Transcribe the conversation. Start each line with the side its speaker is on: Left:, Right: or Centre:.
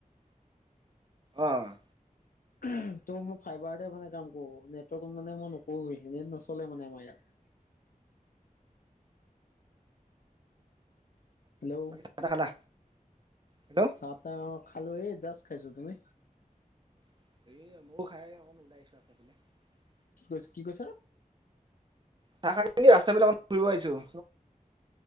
Right: অ'
Left: <unintelligible> ত' মই ফাইবাৰতে মানে কাম কৰোঁ, নেটৱৰ্কত মানে মই নকৰোঁৱে, নেট নচলে মানে আমাৰ ইয়াত। <inaudible> হেল্ল',
Right: বাকী চাহ তাহ খালা হেল্ল'
Left: চাহ-তাহ অ' খালোঁ, এই জাষ্ট খাইছোঁ, তুমি?
Right: <inaudible>
Left: কি কৈছ-কি কৈছা?
Right: চাহ খাই পিনি, ৰাস্তাফালে অকমান ফুৰিব আহিছোঁ।